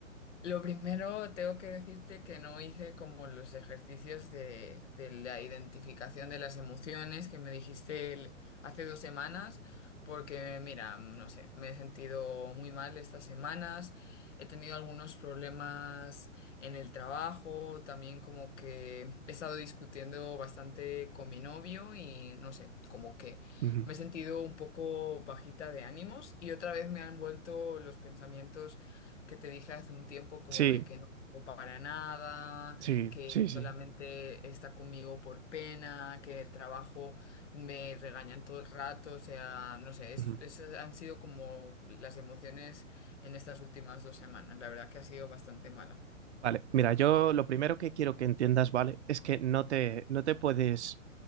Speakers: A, on the left; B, on the right.
A: Lo primero, tengo que decirte que no hice como los ejercicios de, de la identificación de las emociones que me dijiste el- hace dos semanas, porque mira, no sé, me he sentido muy mal estas semanas, he tenido algunos problemas en el trabajo, también como que he estado discutiendo bastante con mi novio y no sé, como que
B: Ujú.
A: me he sentido un poco bajita de ánimos y otra vez me han vuelto los pensamientos que te dije hace un tiempo como
B: Sí,
A: de que no hago para nada,
B: sí,
A: que
B: sí,
A: solamente
B: sí.
A: está conmigo por pena, que el trabajo me regañan todo el rato, o sea, no sé, es,
B: Ujú.
A: esas han sido como las emociones en estas últimas dos semanas. La verdad que ha sido bastante mala.
B: Vale, mira, yo lo primero que quiero que entiendas, ¿vale? Es que no te, no te puedes